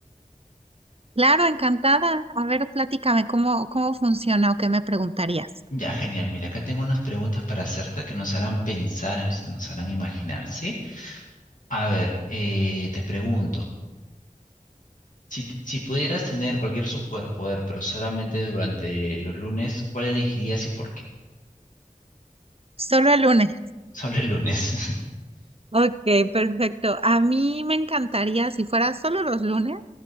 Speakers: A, on the right (about 45°); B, on the left (about 65°).
A: Claro, encantada. A ver, platícame cómo, cómo funciona o qué me preguntarías.
B: Ya, genial. Mira, acá tengo unas preguntas para hacerte que nos harán pensar, y nos harán imaginar, ¿sí? A ver, eh, te pregunto, si, te- si pudieras tener cualquier superpoder, pero solamente durante los lunes, ¿cuál elegirías y por qué?
A: Solo el lunes.
B: <laughs> Solo el lunes.
A: Ok, perfecto. A mí me encantaría, si fuera solo los lunes,